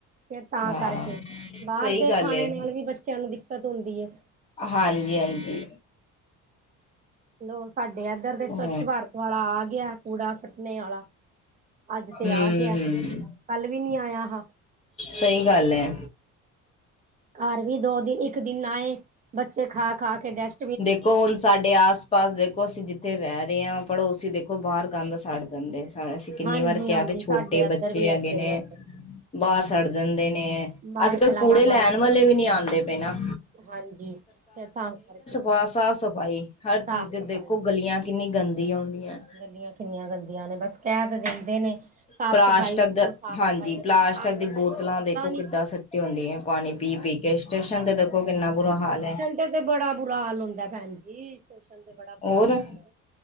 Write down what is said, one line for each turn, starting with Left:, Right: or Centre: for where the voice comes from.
Right: ਫਿਰ ਤਾਂ
Left: ਹਾਂ
Right: ਕਰਕੇ ਬਾਹਰ
Left: ਸਹੀ
Right: ਦੇ
Left: ਗੱਲ
Right: ਖਾਣੇ
Left: ਏ
Right: ਨਾਲ ਵੀ ਬੱਚਿਆਂ ਨੂੰ ਦਿੱਕਤ ਹੁੰਦੀ ਏ।
Left: ਹਾਂਜੀ-ਹਾਂਜੀ।
Right: ਲੋ ਸਾਡੇ ਇੱਧਰ ਦੇ ਸਵੱਛ
Left: ਹਮ
Right: ਭਾਰਤ ਵਾਲਾ ਆ ਗਿਆ ਕੂੜਾ ਨੇ ਆਲਾ <inaudible> ਅੱਜ 'ਤੇ
Left: ਹਮ
Right: ਆ ਗਿਆ <inaudible>
Left: ਹਮ
Right: ਕੱਲ ਵੀ ਨੀ ਆਇਆ ਆਹਾ।
Left: ਸਹੀ ਗੱਲ ਐ।
Right: ਘਰ ਵੀ ਦੋ ਦਿਨ ਇੱਕ ਦਿਨ ਨਾ ਆਏ ਬੱਚੇ ਖਾ-ਖਾ ਕੇ ਡਸ
Left: ਦੇਖੋ ਹੁਣ ਸਾਡੇ ਆਸ-ਪਾਸ ਦੇਖੋ ਅਸੀਂ ਜਿੱਥੇ ਰਹਿ ਰਹੇ ਹਾਂ, ਪੜ੍ਹੋ ਅਸੀਂ ਦੇਖੋ ਬਾਹਰ ਗੰਦ ਸਾੜਦੇ ਜਾਂਦੇ ਸਾਰ ਅਸੀਂ ਕਿੰਨੀ
Right: ਹਾਂਜੀ
Left: ਵਾਰ ਕਿਹਾ
Right: ਹਾਂਜੀ
Left: ਵੀ
Right: ਸਾਡੇ
Left: ਛੋਟੇ
Right: ਇੱਧਰ
Left: ਬੱਚੇ
Right: ਵੀ
Left: ਹੈਗੇ
Right: ਇੱਧਰ
Left: ਨੇ
Right: ਹੀ ਇੱਧਰ
Left: ਬਾਹਰ ਛੱੜ ਦਿੰਦੇ ਨੇ,
Right: ਬਾਹਰ
Left: ਅੱਜ-ਕੱਲ੍ਹ
Right: ਖਿਲਾਰਾ
Left: ਕੂੜੇ
Right: ਪਾ
Left: ਲੈਣ
Right: ਦਿੰਦੇ
Left: ਵਾਲੇ
Right: ਨੇ
Left: ਵੀ ਨੀ ਆਉਂਦੇ ਪਏ ਨਾ।
Right: ਹਾਂਜੀ, ਫਿਰ ਤਾਂ ਕਰਕੇ
Left: ਹਾਂ ਸਾਫ਼-ਸਫ਼ਾਈ ਹਰ
Right: ਸਾਫ਼
Left: ਚੀਜ਼ 'ਤੇ
Right: ਸਫ਼ਾਈ
Left: ਦੇਖੋ ਗਲੀਆਂ ਕਿੰਨੀ ਗੰਦੀ ਆਉਂਦੀਆਂ।
Right: ਗੱਲੀਆਂ ਕਿੰਨੀਆਂ ਗੰਦੀਆਂ ਨੇ ਬਸ ਕਹਿ ਤਾਂ ਦਿੰਦੇ ਨੇ ਸਾਫ਼
Left: ਪਲਾਸਟਿਕ
Right: ਸਫ਼ਾਈ ਰੱਖੋ ਸਾਫ਼
Left: ਹਾਂਜੀ,
Right: ਸਫ਼ਾਈ ਰੱਖੋ
Left: ਪਲਾਸਟਿਕ
Right: ਸਾਫ਼
Left: ਦੀ
Right: ਸਫ਼ਾਈ
Left: ਬੋਤਲਾਂ
Right: ਤਾਂ ਕੋਈ ਕਰਦਾ
Left: ਦੇਖੋ
Right: ਨੀ
Left: ਕਿੱਦਾਂ ਸੁੱਟ ਤੇ ਹੁੰਦੀ ਐ, ਪਾਣੀ ਪੀ-ਪੀ ਕੇ ਸਟੇਸ਼ਨ 'ਤੇ ਦੇਖੋ ਕਿੰਨਾ ਬੁਰਾ ਹਾਲ ਐ।
Right: 'ਤੇ-ਤੇ ਬੜਾ ਬੁਰਾ ਹਾਲ ਹੁੰਦਾ ਭੈਣ ਜੀ, ਸ਼ਟੇਸਨ 'ਤੇ ਬੜਾ ਬੁਰਾ
Left: ਹੋਰ
Right: ਹਾਲ ਹੁੰਦਾ।